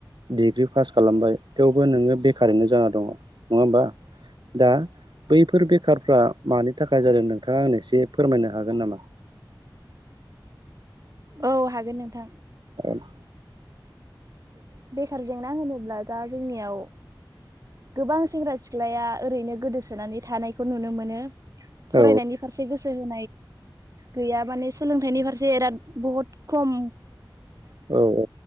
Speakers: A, on the right; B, on the right.
A: डिग्रि पास खालामबाय थेवबो नोङो बेखारैनो जाना दङ नङा होमबा दा बैफोर बेखारफ्रा मानो थाखाय जादों नोंथाङा आं एसे फोरमायनो हागोन नामा
B: औ हागोन नोंथां
A: आरो
B: बेखार जेंना होनोब्ला दा जोंनियाव गोबां सेंग्रा सिख्लाया ओरैनो गोदोसोनानै थानायखौ नुनो मोनो।
A: औ
B: फरायनायनि फारसे गोसो हो गैया माने सोलोंथाइनि फारसे बहुत खम
A: औ औ